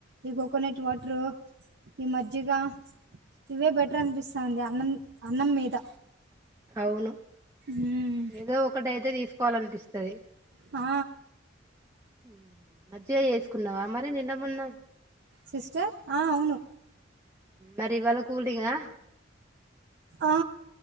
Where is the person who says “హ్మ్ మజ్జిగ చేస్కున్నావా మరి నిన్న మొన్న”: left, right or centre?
Right